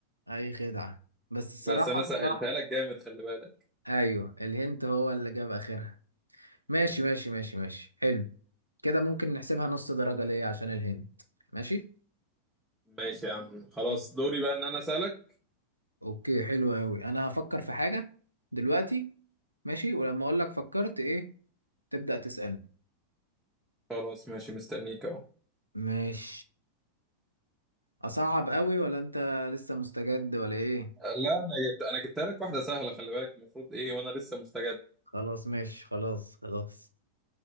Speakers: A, on the right (about 90°); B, in the centre.
A: اي خدعة بس الصراحة
B: بس انا
A: الصراحة
B: سهلتها لك جامد خلي بالك
A: ايوه الهنت هو اللي جاب اخرها ماشي ماشي ماشي ماشي حلو كده ممكن نحسبها نص درجة ليه عشان الهنت ماشي
B: ماشي يا عم خلاص
A: ماشي.
B: دوري بقى ان انا اسألك
A: اوكي حلو قوي انا هفكر في حاجة دلوقتي ماشي ولما اقول لك فكرت ايه تبدأ تسألني
B: خلاص ماشي مستنيك اهو
A: مش اصعب قوي ولا انت لسه مستجد ولا ايه
B: لا انا جبت انا جبتها لك واحده سهله خلي بالك المفروض ايه وانا لسه مستجد
A: خلاص ماشي خلاص خلاص